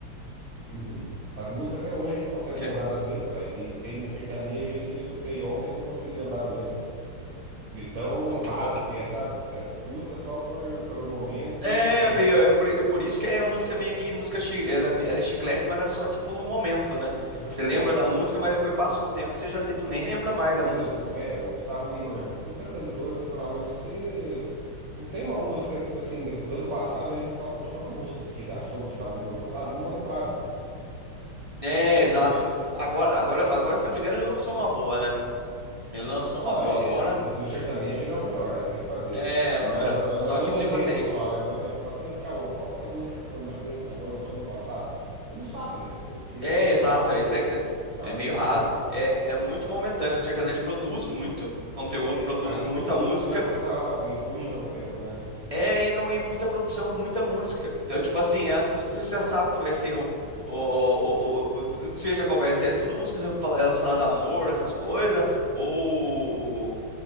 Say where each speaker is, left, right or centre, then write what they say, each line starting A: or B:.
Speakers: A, on the right; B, on the right.
A: uhum. As músicas até hoje a gente consegue
B: O quê?
A: lembrar das letras, velho. E tem sertanejo aí que eu escutei ontem e não consigo lembrar da letra. De tão
B: Como
A: raso
B: que pode?
A: que é, sabe? Que você escuta só por, pelo momento
B: É,
A: e acabou,
B: é
A: velho.
B: é por, é por isso que é a música meio que música, chi- ela, é, ela é chiclete, mas ela é só tipo no momento, né?
A: <clears throat>
B: Você lembra
A: É, não.
B: da música, mas depois passa um tempo, você já tipo nem lembra mais
A: Por
B: da
A: exemplo,
B: música.
A: é, o Gustavo Lima mesmo. Puta cantor, não sei o que lá, mas você. Não tem uma música, tipo assim, da- do ano passado, ele que fala, puta, qual que é a música que regaçou o Gustavo Lima ano passado? Não vou lembrar, velho.
B: É, exato.
A: Porque ele.
B: Agora, agora, agora, se eu não me engano, ele lançou uma boa, né? Ele lançou uma
A: Não,
B: boa
A: é,
B: agora.
A: é de- de- do sertanejo ele é o melhor, né? Não tem o que fazer,
B: É,
A: velho. Ele é o que
B: um
A: mais
B: dos melhores.
A: lança.
B: Só
A: Mas dei
B: que
A: um
B: tipo
A: exemplo
B: assim,
A: só, né? Por exemplo, Matheus e Cauã. Qual que é a música que o Matheus e Cauã lançou no passado? Você não sabe, velho. Porque é
B: é,
A: meio
B: exato,
A: raso,
B: é
A: né?
B: isso aí que tá-
A: A
B: é
A: música
B: meio raso.
A: é rasa.
B: É, é muito momentâneo. O sertanejo produz muito conteúdo,
A: É,
B: produz
A: aí
B: muita
A: produz
B: música,
A: muita coisa e ruim ao mesmo tempo, né?
B: É, e não ir muita produção, muita música. Então, tipo assim, as músicas você já sabe que vai ser o, o, o, o, o desfecho da conversa. É tudo música relacionada a amor, essas coisas, ou